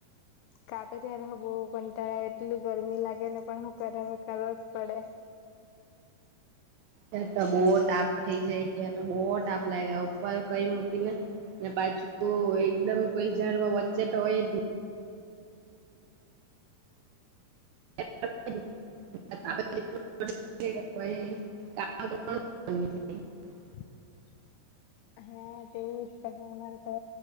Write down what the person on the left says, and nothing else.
કાપે ત્યારે હ બ પણ ત એટલી ગરમી લાગે ને પણ હું કર કરવો જ પડે <unintelligible>
<inaudible> હા તેવું જ ઉ માર તો